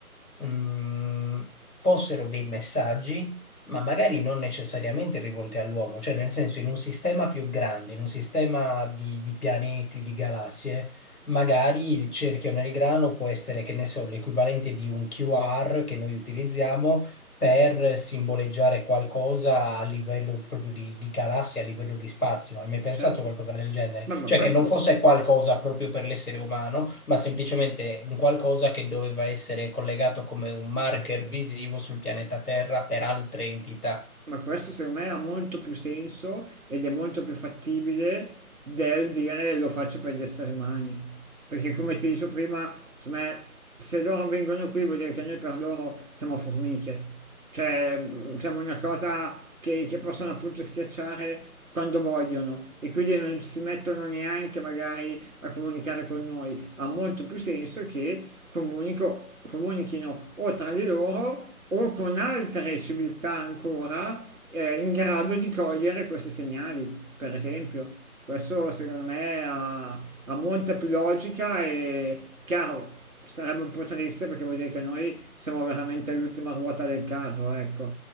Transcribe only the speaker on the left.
mh, fossero dei messaggi, ma magari non necessariamente rivolti all'uomo, cioè nel senso in un sistema più grande, in un sistema di, di pianeti, di galassie, magari il cerchio nel grano può essere, che ne so, l'equivalente di un QR che noi utilizziamo per simboleggiare qualcosa a livello proprio di, di galassia, a livello di spazio. Hai mai pensato
a qualcosa del genere?
Cioè
che non fosse qualcosa proprio per l'essere umano, ma semplicemente un qualcosa che doveva essere collegato come un marker visivo sul pianeta Terra per altre entità.